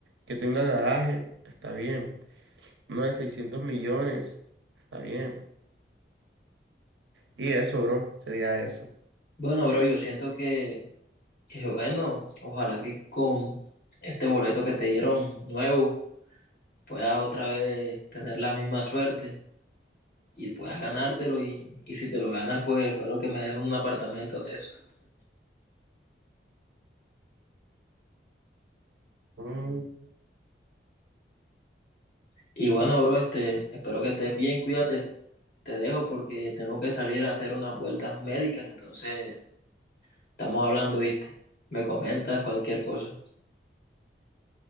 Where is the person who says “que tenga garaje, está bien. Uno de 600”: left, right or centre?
Right